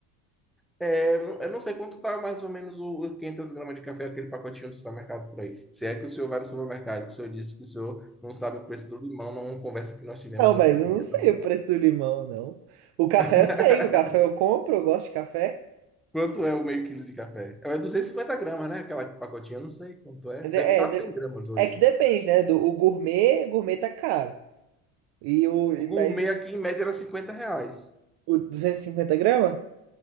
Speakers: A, in the centre; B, on the right (about 60°).
A: É, eu não sei quanto tá mais ou menos o 500 gramas de café, aquele pacotinho do supermercado por aí. Se é que o senhor vai no supermercado, que o senhor disse que o senhor não sabe o preço do limão, numa conversa que nós tivemos
B: Não,
A: outro
B: mas eu
A: dia.
B: não sei
A: Então, Vamos
B: o preço
A: lá.
B: do limão, não. O café
A: <laughs>
B: eu sei, o café eu compro, eu gosto de café.
A: Quanto é o meio quilo de café? É 250 gramas, né? Aquela pacotinha, eu não sei quanto é.
B: É,
A: Deve
B: de- é
A: estar
B: de-
A: 100 gramas hoje.
B: é que depende, né? Do, o gourmet, gourmet tá caro. E o,
A: O
B: e-
A: gourmet
B: mas
A: aqui, em média, era 50 reais.
B: o 250 gramas?